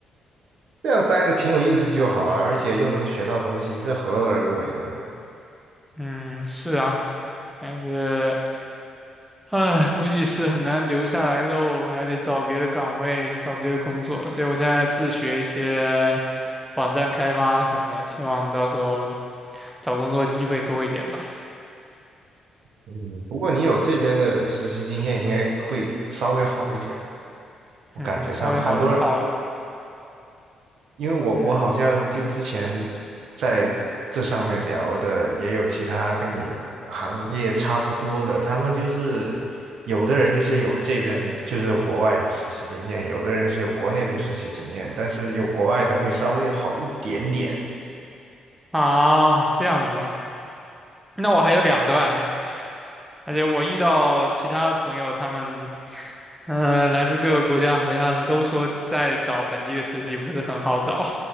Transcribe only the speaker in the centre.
嗯，是啊，但是，唉，估计是很难留下来喽，还得找别的岗位，找别的工作，所以我现在自学一些网站开发什么的，希望到时候找工作机会多一点吧。
嗯，稍微好好，
嗯
啊，这样子吗？那我还有两段呢，而且我遇到其他的朋友，他们嗯、呃来自各个国家，好像都说在找本地的实习不是很好找。